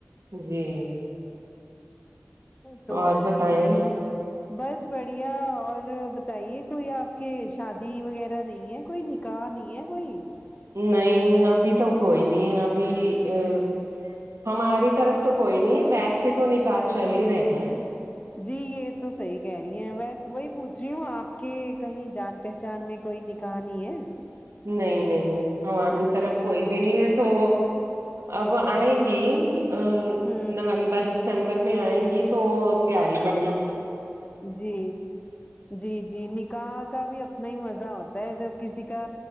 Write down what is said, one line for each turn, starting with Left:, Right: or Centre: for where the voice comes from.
Right: جی
Left: تو
Right: اور بتائیں
Left: بس بڑھیا اور بتائیے کوئی آپ کے شادی وغیرہ نہیں ہے کوئی نکاح نہیں ہے کوئی
Right: نہیں ابھی تو کوئی نہیں ابھی ا ہماری طرف تو کوئی نہیں ویسے تو نکاح چل ہی رہے ہیں
Left: جی یے تو صحیح کہہ رہی ہیں ویس وہی پوچھ رہی ہوں آپ کے کہیں جان پہچان میں کوئی نکاح نہیں ہے
Right: نہیں نہیں ہماری طرف کوئی بھی نہیں ہے تو اب آئیں گی آ
Left: ہمم
Right: نومبر دسمبر میں آئیں گی تو تیاری کریں گی
Left: جی جی جی نکاح کا بھی اپنا ہی مزہ ہوتا ہے جب کسی کا